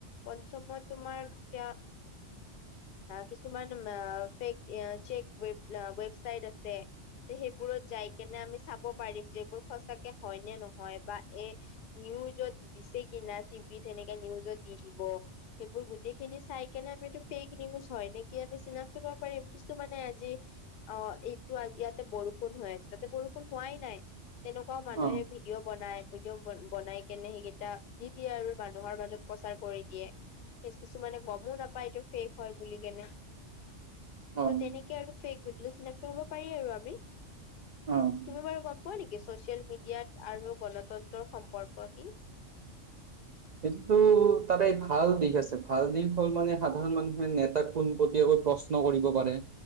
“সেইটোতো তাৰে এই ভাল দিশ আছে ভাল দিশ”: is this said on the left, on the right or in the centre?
Right